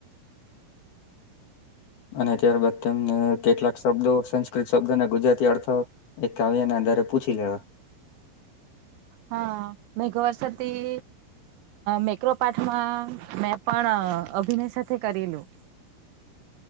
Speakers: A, on the left (about 50°); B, on the right (about 80°).
A: અને ત્યારબાદ તેમને કેટલાક શબ્દો સંસ્કૃત શબ્દોને ગુજરાતી અર્થ એકાવ્યના આધારે પૂછી લેવા.
B: હા મેંઘ વરસાદથી મેક્રોપાર્ટમાં મે પણ અભિનય સાથે કરેલું.